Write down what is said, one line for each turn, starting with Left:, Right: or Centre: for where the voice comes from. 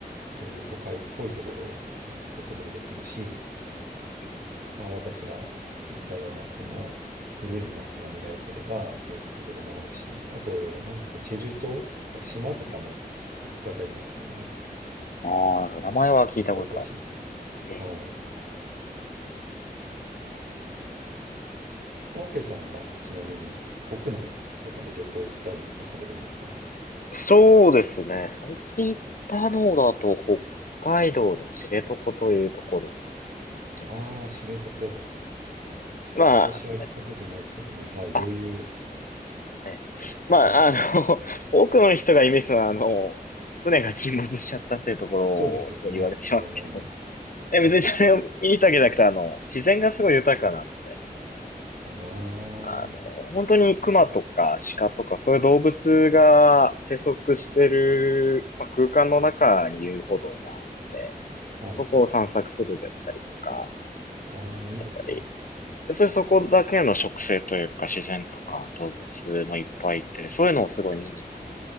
Right: そういう都会っぽいところ行くこともできるし、
Left: うん
Right: まあ、私が行ったような、この古い街並みが良ければ、そういうところもあるし、あと、なんですか、チェジュ島とか島とかも行く方いますよね。
Left: うんああ、名前は聞いたことあります。
Right: リゾート地。
Left: ええ。
Right: はい。オーケーさんは、ちなみに、国内とかで旅行行ったりとかされるんですか
Left: そうですね。最近行ったのだと、北海道の知床というところに行きました。
Right: ああー、知床。
Left: まあ、
Right: 私は行ったことないですけどね。はい。
Left: あ、
Right: どういう
Left: え、
Right: 感じでした
Left: まあ、あの、<laughs> 多くの人がイメージするのは、あの、船が沈没しちゃったっていうところをすごい言われてしまうんですけど、
Right: そうですよね。数年前に。
Left: え、別にそれを見に行ったわけじゃなくて、
Right: はい。
Left: あの、自然がすごい豊かなので、
Right: ああ、は
Left: あの、本当に熊とか鹿とかそういう動物が生息してる、まあ、空間の中に遊歩道があって、
Right: い。
Left: そこを散策するだったりとか、
Right: ああ、いいですね。
Left: やっぱり、そういうそこだけの植生というか自然とか動物もいっぱいいて、そういうのをすごい見に行く。